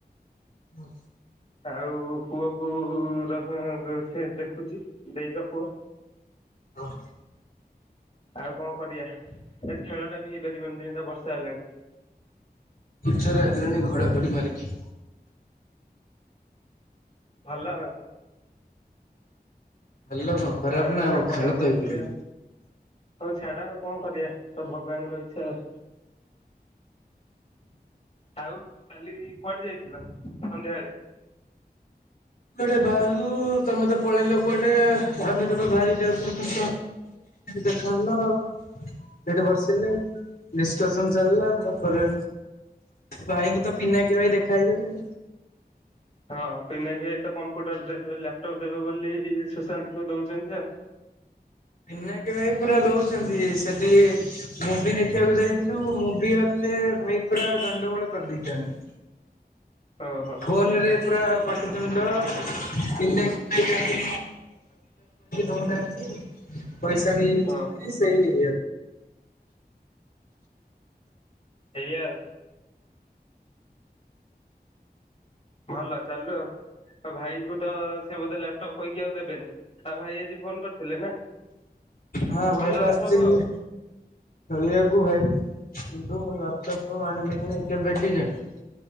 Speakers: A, on the left; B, on the left.
A: ହଁ।
B: ଆଉ ପୁଅକୁ ର <unintelligible> ସେ ଦେଖୁଛି ଦେଇର ପୁଅ।
A: ଓହୋଃ।
B: ଆଉ କଣ କରିବାଆ ଖେଳ ଟା ବି ହେଇପାରିବନି ଯେମିତା ବର୍ଷା ହେଲାଣି
A: ଉଚରେ ଆିଲଣି ଘଡ଼ଘଡ଼ି ମାରିକି
B: ଭଲ
A: ଭଲ କଣ ଖରାପ
B: ଏଇଖିଣା
A: ନା ଆଉ
B: ପଢାପଢି
A: ଖେଳ ତ
B: କରିବା
A: ହେଇି
B: ହଉ ଛାଡ ଆଉ କଣ କରିବା ତ ଭଗବାନଙ୍କ ଇଚଛା ଆଉ ଆଉ କାଲି କୁଆଡେ ଯାଇଥିଲ ସନ୍ଧ୍ୟାବେେଳେ
A: ଗୋଟେ ବାହାରିଲୁ ତମେ ତ ପଳେଇ ଲୋକ ଗଟେ ଆମେ ତମେ ବାହାରି ଯାଉଥିଲୁ ଦେଖା ହ ନା
B: ହଁ
A: ସେଠି ବସିଲେ ନିଷ୍କାସନ ଚାଲିଲା ତାପରେ ଭାଇଙ୍କୁ ତ ପିନାା କି ଭାଇ ଦେଖା ହେଇଗଲେଣି
B: ହଁ ପନାକି ତ କମ୍ପ୍ୟୁଟର ଦେବେ ଲାପଟପ୍ ଦେବେ ବୋଲି ସୁଶାନ୍ତ କୁ ଦଉଛନ୍ତି ଆଉ
A: ଏନା କେ ଭାଇ ପୁରା ଦଉଛନ୍ତି ସେଠି ମୁଭି ଦେଖିବାକୁ ଯାଇଥିଲୁ ମୁଭି ଗଲେ ଭାଇ ପୁରା ଗଣ୍ଡଗୋଳ କରିଦେଇଥାନ୍ତି
B: ହଁ ହଁ
A: ଫୋନ ରେ ପୁରା ପାଟୁଚଣ୍ଡ ପିନ୍ଧ କରିକି ରହୁନାହାନ୍ତି ପଇସା ନେଇଯାଉ
B: ହଁ ହଁ
A: ସେଇ ଇ
B: ହେରି ଆଉ ଭଲ ଚାଲୁ ଆଉ ଭାଇଙ୍କୁ ତ ସେ ବୋଧେ ଲାପଟପ୍ କହିକି ଆଉ ଦେବେନି ଆଉ ଭାଇ ଆଜି ଫୋନ କରିଥିଲେ ନା
A: ହଁ
B: ଭଲ
A: ଭାଇ ବା
B: ଆଉ
A: ଆସିଛି
B: ସବୁ ଆଉ
A: ଖେଳିବାକୁ ଭାଇ କିନ୍ତୁ ଲାପଟପ କଣ ଆଣିବେ କି ନାଇଁ କେବେ କି ଜାଣି